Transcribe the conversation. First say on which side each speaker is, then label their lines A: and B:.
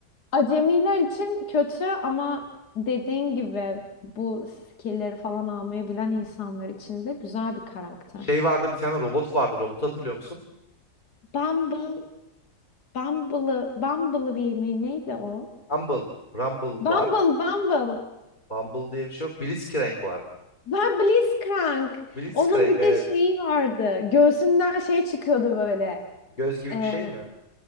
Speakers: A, on the left (about 70°); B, on the left (about 25°).
A: Acemiler için kötü ama dediğin gibi bu skill'leri falan almayı bilen insanlar için de güzel bir karakter.
B: Şey vardı bir tane robot vardı. Robotu hatırlıyor musun?
A: Bumble, Bumble'ı, Bumblebee mi neydi o?
B: Rumble. Rumble
A: Bumble,
B: var.
A: Bumble.
B: Bumble diye bir şey yok. Blitzcrank var.
A: Ben Blitzcrank.
B: Blitzcrank
A: Onun bir
B: evet.
A: de şeyi vardı. Göğsünden şey çıkıyordu böyle.
B: Göz gibi
A: Ee,
B: bir şey mi?